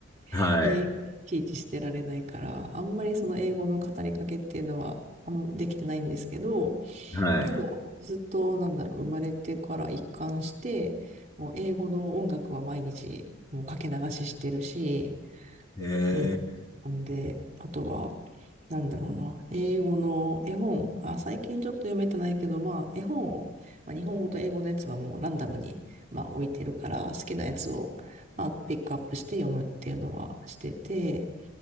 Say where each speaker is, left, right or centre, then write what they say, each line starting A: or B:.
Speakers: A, on the right (about 35°); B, on the left (about 15°).
A: <laughs>
B: はい、
A: 英語にいちいちしてられないから、あんまりその英語の語りかけっていうのはあんできてないんですけど、
B: は
A: けど、ずっと、なんだろう、生まれてから一貫して、もう英語の音楽は毎日、もうかけ流ししてるし、
B: い。えー
A: うん。ほんで、あとは、なんだろうな、英語の絵本、あ、最近ちょっと読めてないけど、まあ、絵本を、まあ、日本語と英語のやつはもうランダムに、まあ、置いてるから、好きなやつを、まあ、ピックアップして読むっていうのはしてて、